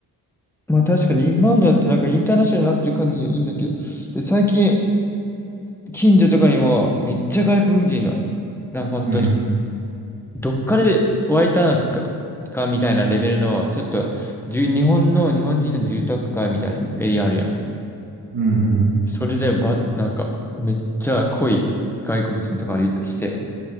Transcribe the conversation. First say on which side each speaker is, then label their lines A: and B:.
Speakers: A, in the centre; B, on the right (about 45°).
A: まあ確かにインバウンドやってなんかインターナショナルになってる感じがいいんだけど、で、最近近所とかにもめっちゃ外国人の、なんか本当に
B: うん、
A: どっかで湧いたのか、かみたいなレベルの、ちょっと、じゅ日本の、日本人の住宅街みたいなエリアあるやん。
B: うん、うん。
A: それで、ば、なんか、めっちゃ濃い外国人とか歩いたりして、